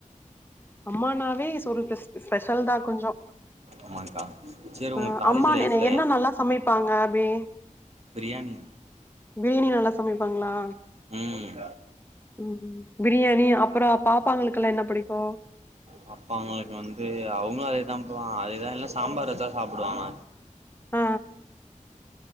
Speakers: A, on the left; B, on the right.
A: அம்மானாவே <unintelligible> ஸ்பெஷல் தா கொஞ்சோ
B: ஆமாக்கா சேரி
A: ஆ
B: உங்க காலேஜ்
A: அம்மா
B: லைஃப்ல
A: மெனு என்ன நல்லா சமைப்பாங்க அப்டி
B: பிரியாணி
A: பிரியாணி நல்லா சமைப்பாங்ளா
B: ம்
A: ம் பிரியாணி அப்புறோ பாப்பாங்களுக்குலா என்ன பிடிக்கும்
B: பாப்பாங்களுக்கு வந்து அவங்களும் அதே தா பு அதே தா இல்ல சாம்பார் வச்சா சாப்புடுவாங்க
A: ஆ